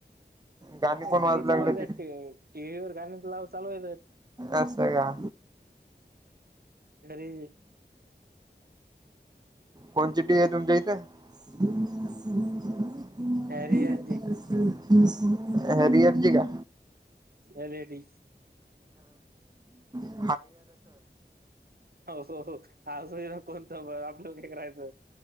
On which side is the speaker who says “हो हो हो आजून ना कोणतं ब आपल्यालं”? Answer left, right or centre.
Right